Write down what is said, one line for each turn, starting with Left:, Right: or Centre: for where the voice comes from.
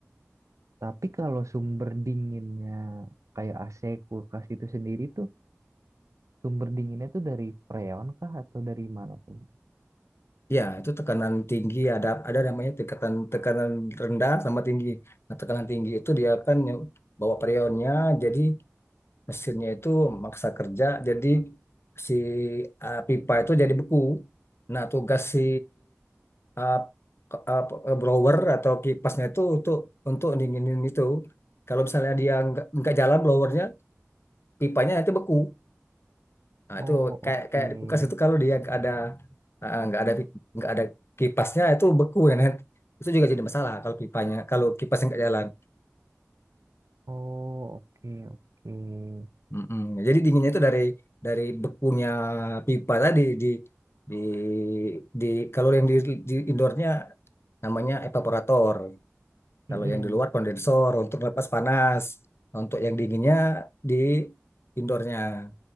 Right: Tapi kalau sumber dinginnya kayak AC, kulkas itu sendiri tuh, sumber dinginnya tuh dari freon kah atau dari mana tuh?
Left: Ya, itu tekanan tinggi ada ada namanya tekanan tekanan rendah sama tinggi. Nah, tekanan tinggi itu dia kan yang bawa perionnya jadi mesinnya itu maksa kerja, jadi si uh, pipa itu jadi beku. Nah, tugas si uh, ke- uh, p- uh, blower atau kipasnya itu untuk untuk dinginin itu. Kalau misalnya dia nggak nggak jalan blowernya, pipanya itu beku. Nah,
Right: Oh,
Left: itu
Right: oke.
Left: kayak kayak di kulkas itu kalau dia nggak ada eh, nggak ada pi- nggak ada kipasnya itu beku ya Nat. Itu juga jadi masalah kalau pipanya kalau kipasnya nggak jalan.
Right: Oh, oke, oke.
Left: Mm-mm. Jadi dinginnya itu dari dari bekunya pipa tadi di di di kalau yang di, di indoornya namanya evaporator. Kalau
Right: Mm-mm.
Left: yang di luar kondensor untuk lepas panas. Untuk yang dinginnya di indoornya